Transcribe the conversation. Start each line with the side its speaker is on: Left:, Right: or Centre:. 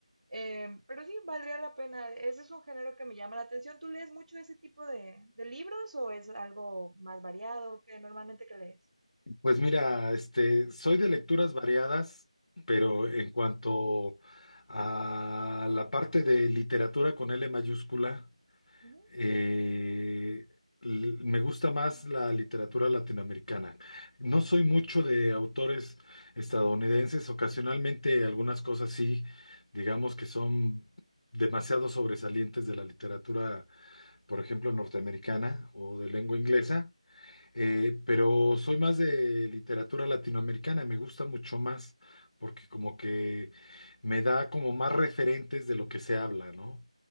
Right: Eh, pero sí, valdría la pena. Ese es un género que me llama la atención. ¿Tú lees mucho ese tipo de, de libros o es algo más variado que normalmente que lees?
Left: Pues mira, este, soy de lecturas variadas, pero en cuanto a la parte de literatura con L mayúscula,
Right: Ujú,
Left: eh, l- me gusta más la literatura latinoamericana. No soy mucho
Right: ya.
Left: de autores estadounidenses, ocasionalmente algunas cosas sí, digamos que son demasiado sobresalientes de la literatura, por ejemplo, norteamericana o de lengua inglesa. Eh, pero soy más de literatura latinoamericana, me gusta mucho más porque como que me da como más referentes de lo que se habla, ¿no?